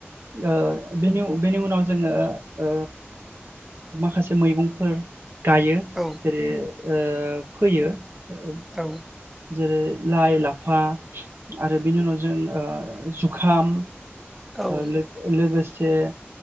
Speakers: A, on the right (about 60°); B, in the centre.
A: ओ बेनि बेनि उनाव जोङो ओ माखासे मैगंफोर गायो
B: औ
A: जेरै ओ फोयो। ओ
B: औ।
A: जेरै लाइ, लाफा, आरो बेनि उनाव जों ओ जुखाम
B: औ
A: ओ लोग लोगोसे से